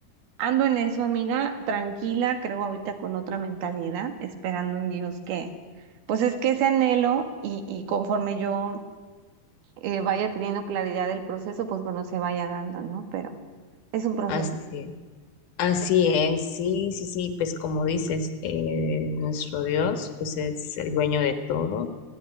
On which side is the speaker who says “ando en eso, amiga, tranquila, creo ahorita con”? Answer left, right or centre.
Right